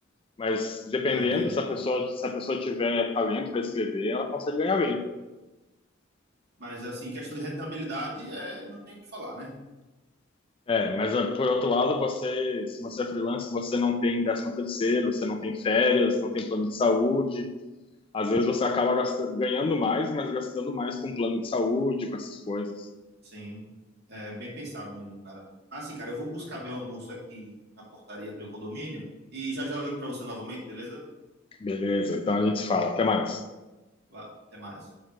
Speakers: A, on the left (about 25°); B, on the right (about 55°).
A: Mas dependendo,
B: Ah, entendi.
A: se a pessoa, se a pessoa tiver talento para escrever, ela consegue ganhar bem.
B: Mas assim, questão de rentabilidade, é, não tem o que falar, né?
A: É, mas ah, por outro lado, você, se você é freelancer, você não tem 13 terceiro, você não tem férias, não tem plano de saúde. Às vezes você acaba gastando, ganhando mais, mas gastando mais com plano de saúde, com essas coisas.
B: Sim, é bem pensado mesmo, cara. Assim, cara, eu vou buscar meu almoço aqui na portaria do meu condomínio e já já eu ligo pra você novamente, beleza?
A: Beleza, então a gente fala. Até mais.
B: Vá, Até mais.